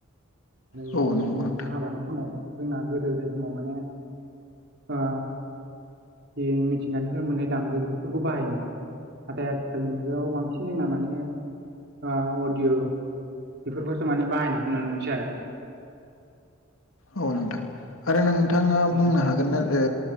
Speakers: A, on the right; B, on the left.
A: आरो
B: औ
A: बेबायदिनो
B: नंगौ नोंथां
A: हाबानि समाव जोंना गोदो गोदाय समाव माने ओ जि मिथिंगानिफ्राय मोननाय दामजु बेफोरखौ बाहायोमोन नाथाय आथिखालनि मुगायाव बांसिन जोंना माने आ अडिय' बेफोरखौसो माने बाहायनायखौ नुनो मोनसै आरो
B: औ नोंथां आरो नोंथाङा
A: औ
B: बुंनो हागोन ना? जे